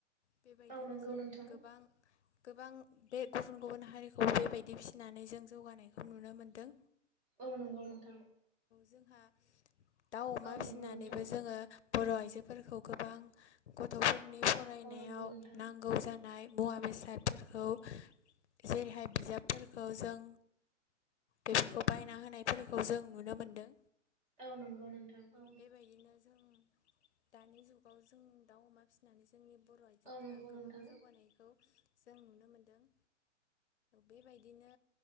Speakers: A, on the left; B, on the right.
A: बेबायदिनो
B: औ नंगौ
A: जों
B: नोंथां
A: गोबां गोबां बे गुबुन गुबुन हारिखौबो बेबायदि फिसिनानै जों जौगानायखौ नुनो मोन्दों।
B: औ नंगौ नोंथां।
A: जोंहा दाउ अमा
B: औ नंगौ
A: फिसिनानैबो
B: नोंथां औ
A: जोङो बर' आइजो जोफोरखौ गोबां गथ'फोरनि फरायनायाव
B: नंगौ नोंथां
A: नांगौ जानाय मुवा बेसादफोरखौ जेरैहाय बिजाबफोरखौ जों बेफोरखौ बायना होनायफोरखौ जों नु नुनो मोन्दों।
B: औ नंगौ नोंथां औ।
A: बेबायदिनो जों दानि जुगाव जों दाउ अमा फिसिनानै जों जोंनि बर' आइजोफोरा
B: औ नंगौ
A: गोबां
B: नोंथां
A: जौगानायखौ जों नुनो मोनदों। बेबायदिनो